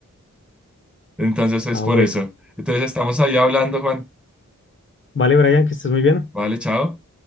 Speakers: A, in the centre; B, on the left.
A: Entonces, es
B: Ah,
A: por
B: bueno.
A: eso. Entonces, estamos ahí hablando, Juan.
B: Vale, Brian, que estés muy bien.
A: Vale, chao.